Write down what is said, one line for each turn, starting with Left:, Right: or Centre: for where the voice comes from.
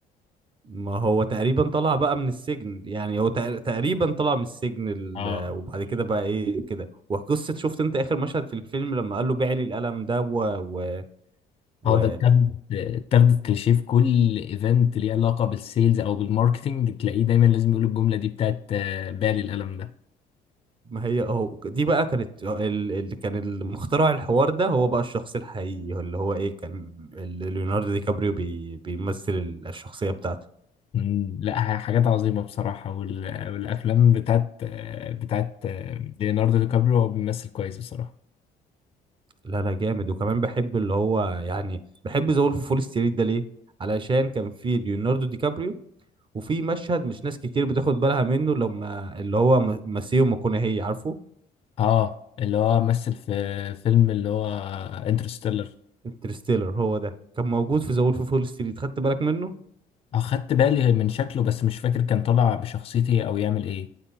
Right: ما هو تقريبا طلع بقى من السجن يعني هو تق- تقريبا طلع من السجن ال-
Left: اه
Right: وبعد كده بقى ايه كده وقصة شفت انت اخر مشهد في الفيلم لما قال له بيع لي القلم ده و... و... و...
Left: اه ده اتاخد اتاخدت كليشيه في كل ايفنت ليه علاقه بالسيلز او بالماركتنج تلاقيه دايما لازم يقول الجمله دي بتاعت آه، بالي القلم ده
Right: ما هي اهو دي بقى كانت ال- اللي كان المخترع الحوار ده هو بقى الشخص الحقيقي هو اللي هو ايه كان اللي ليوناردو دي كابريو بي بيمثل ال- الشخصية بتاعته
Left: مم، لا ح- حاجات عظيمه بصراحه وال- والافلام بتاعت آه، بتاعت آه، ليوناردو دي كابريو هو بيمثل كويس بصراحه
Right: لا لا جامد وكمان بحب اللي هو يعني بحب ذا وولف فول ستريت ده ليه علشان كان في ليوناردو دي كابريو وفي مشهد مش ناس كتير بتاخد بالها منه لما اللي هو م- ماسيو ماكونهي عارفه
Left: اه اللي هو مثل في فيلم اللي هو انترستيلر
Right: انترستيلر هو ده كان موجود في ذا وولف فول ستريت خدت بالك منه
Left: اخدت بالي من شكله بس مش فاكر كان طالع بشخصيتي او يعمل ايه